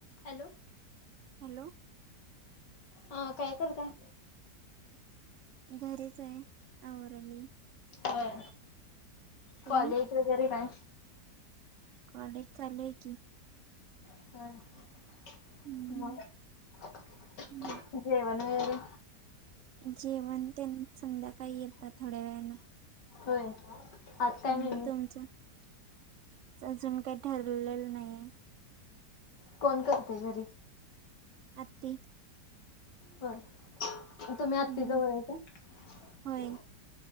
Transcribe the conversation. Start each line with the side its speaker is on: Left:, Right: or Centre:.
Left: Hello.
Right: Hello.
Left: हा काय करताय?
Right: घरीच आहे आवराली.
Left: होय
Right: तुम्ही
Left: कॉलेज वगैरे काय
Right: कॉलेज चालूय की.
Left: <unintelligible>
Right: हम्म हम्म.
Left: <inaudible> जेवण वगैरे?
Right: जेवण ते संध्याकाळी येतात थोड्या वेळानं
Left: होय. आज काय
Right: हम्
Left: मेनू?
Right: तुमचं अजून काही ठरलेलं नाहीये.
Left: कोण करते घरी
Right: आत्ती
Left: होय तुम्ही आत्ती
Right: हम्म
Left: जवळ बोलायचा
Right: होय